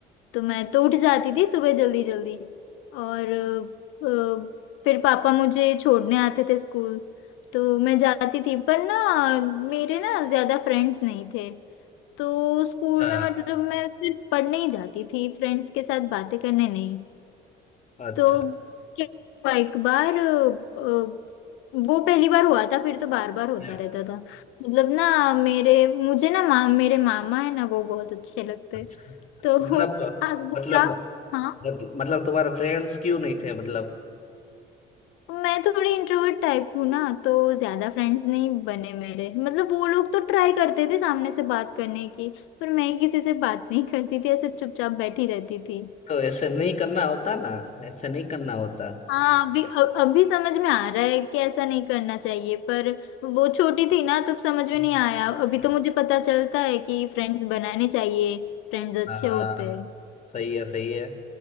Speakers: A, on the left; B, on the left.
A: तो मैं तो उठ जाती थी सुबह जल्दी जल्दी और अ, अ, फिर पापा मुझे छोड़ने आते थे स्कूल तो मैं जाती थी पर ना मेरे ना ज्यादा फ्रेंड्स नहीं थे तो स्कूल
B: हाँ
A: में मतलब मैं सिर्फ पढ़ने ही जाती थी फ्रेंड्स के साथ बातें करने नहीं
B: अच्छा
A: तो क्या हुआ, एक बार अ, अ, वो पहली बार हुआ था फिर तो बार बार होता
B: या,
A: रहता था मतलब ना मेरे मुझे ना माम मेरे मामा है ना वो बहुत अच्छे लगते
B: अच्छा
A: तो
B: तो मतलब
A: आप वो
B: मतलब
A: क्या हाँ
B: मत- मतलब तुम्हारे फ्रेंड्स क्यों नहीं थे मतलब
A: मैं थोड़ी इंट्रोवर्ट टाइप हूँ ना तो ज्यादा फ्रेंड्स नहीं बने मेरे मतलब वो लोग तो ट्राई करते थे सामने से बात करने की पर मैं किसी से बात नहीं करती थी ऐसे चुपचाप बैठी रहती थी
B: तो ऐसे नहीं करना होता ना ऐसे नहीं करना होता
A: हाँ अभी अ- अभी समझ में आ रहा है कि ऐसा नहीं करना चाहिए पर वो छोटी थी ना तब समझ में नहीं
B: हाँ।
A: आया अभी तो मुझे पता चलता है कि फ्रेंड्स बनाने चाहिए फ्रेंड्स अच्छे
B: हाँ
A: होते हैं
B: सही है सही है